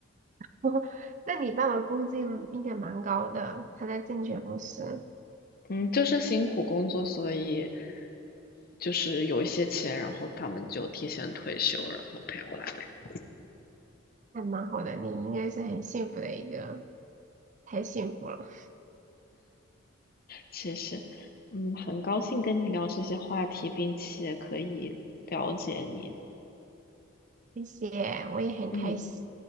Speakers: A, on the right; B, on the left.
A: <laughs> 那你爸爸工资应应该蛮高的，他在证券公司
B: <laughs> 嗯，就是辛苦工作，所以就是有一些钱，然后他们就提前退休，然后陪我来美国。
A: 还蛮好的，你应该是很幸福的一个，太幸福了。
B: 谢实，嗯，很高兴跟你聊这些话题，并且可以了解你。
A: 谢谢，我也很开心。
B: 嗯。